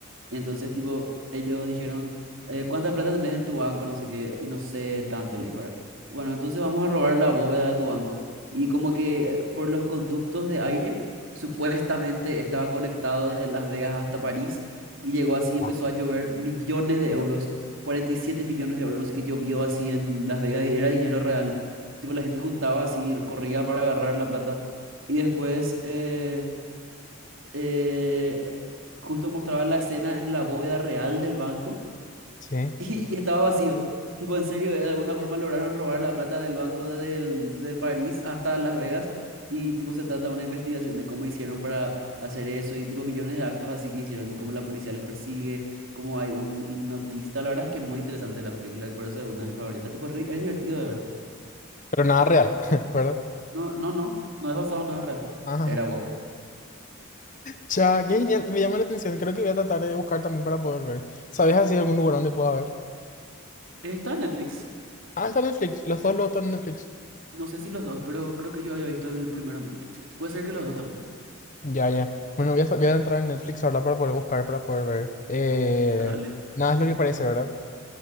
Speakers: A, on the right; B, on the left.
A: Y entonces, tipo, ellos dijeron, eh, ¿cuánta plata tenés en tu banco? No sé qué, y no sé tanto, le dijo, ¿verdad? Bueno, entonces vamos a robar la bóveda de tu banco. Y como que por los conductos de aire, supuestamente estaba conectado desde Las Vegas hasta París, y llegó así, empezó
B: Ah,
A: a llover millones de euros, 47 millones de euros, no sé qué, llovió así en Las Vegas, y era dinero real. Tipo, la gente juntaba así, corría para agarrar la plata. Y después, eh, eh, justo mostraba la escena en la bóveda real del banco
B: Sí.
A: <laughs> y, y estaba vacío. Tipo, en serio, de alguna forma lograron robar la plata del banco del, de París hasta Las Vegas y tipo se trata de una investigación de cómo hicieron para hacer eso y tipo millones de actos así que hicieron y cómo la policía les persigue, cómo hay un hipnotista. La verdad es que es muy interesante la película y por eso es una de mis favoritas. Tipo, es, ri- es divertido de ver.
B: Pero nada real, <laughs> ¿verdad?
A: No, no, no, no es basado en nada real.
B: Ajá.
A: Era wow.
B: Cha, qué genial. Me llama la atención. Creo que voy a tratar de buscar también para poder ver. ¿Sabes así algún lugar donde pueda ver?
A: Está en Netflix.
B: Ah, está en Netflix. Los dos lo están en Netflix.
A: No sé si los dos, pero creo que yo había visto el primero en Netflix. Puede ser que los dos también.
B: Ya, ya. Bueno, voy a, voy a entrar en Netflix ahora para poder buscar, para poder ver. Eh,
A: Dale.
B: nada es lo que parece, ¿verdad?